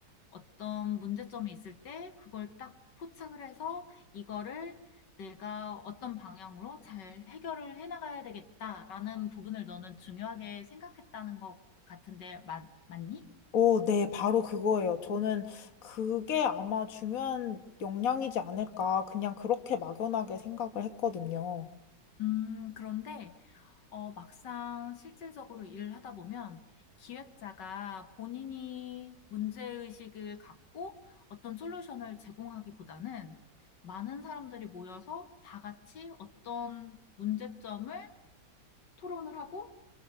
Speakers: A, on the left; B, on the left.
A: 어떤 문제점이 있을 때 그걸 딱 포착을 해서 이거를 내가 어떤 방향으로 잘 해결을 해나가야 되겠다라는 부분을 너는 중요하게 생각했다는 것 같은데, 맞, 맞니?
B: 오, 네, 바로 그거예요. 저는 그게 아마 중요한 역량이지 않을까. 그냥 그렇게 막연하게 생각을 했거든요.
A: 음, 그런데 어, 막상 실질적으로 일을 하다 보면 기획자가 본인이 문제의식을 갖고 어떤 솔루션을 제공하기보다는 많은 사람들이 모여서 다 같이 어떤 문제점을 토론을 하고